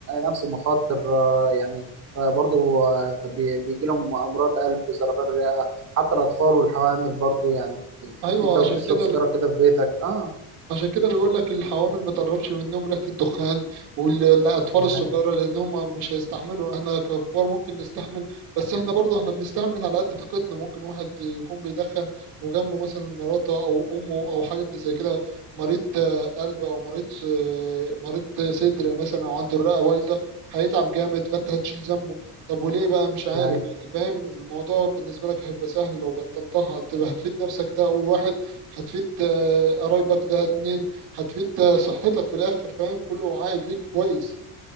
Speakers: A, on the right; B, on the right.
A: نفس المخاطر آه، يعني آه، برضو آه، بي- بيجي لهم امراض قلب سرطان الرئه حتى الاطفال والحوامل برضو يعني
B: ايوه
A: انت لو
B: عشان
A: بتشرب
B: كده
A: سيجاره كده في بيتك اه
B: عشان كده بيقول لك الحوامل ما تقربش منهم ريحة الدخان والأطفال
A: ده
B: الصغيرة
A: هي
B: لأن هم مش هيستحملوا احنا ككبار ممكن نستحمل بس احنا برضه احنا بنستحمل على قد طاقتنا ممكن واحد يكون بيدخن وجنبه مثلا مراته أو أمه أو حاجة زي كده مريض آه، قلب أو مريض آه، مريض صدر مثلا أو عنده الرئة بايظة هيتعب جامد فأنت هتشيل ذنبه طب وليه بقى مش عارف
A: ده هي
B: يعني فاهم الموضوع بالنسبة لك هيبقى سهل لو بطلتها هتبقى هتفيد نفسك ده أول واحد هتفيد آه، قرايبك ده اتنين هتفيد آه، صحتك في الاخر فاهم كله عائد ليك كويس